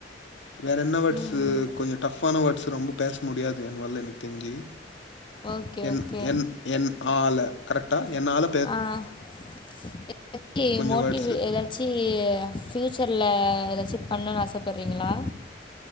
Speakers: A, on the left (about 80°); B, on the left (about 25°).
A: வேற என்ன வேர்ட்ஸ்சு
B: ம்
A: கொஞ்சோ டஃப்பான வேர்ட்ஸ்சு ரொம்ப பேச முடியாது என்வல எனக்கு தெரிஞ்சு
B: ஓகே
A: என்
B: ஓகே
A: என் என் ஆல கரெக்டா என் ஆல
B: ஆ <unintelligible>
A: கொஞ்சோ
B: மோட்டிவ்
A: வேர்ட்ஸு
B: எதா ச்சி ஃப்யூச்சர்ல ஏதாச்சும் பண்ணணும்ன்னு ஆசைப்பட்றீங்களா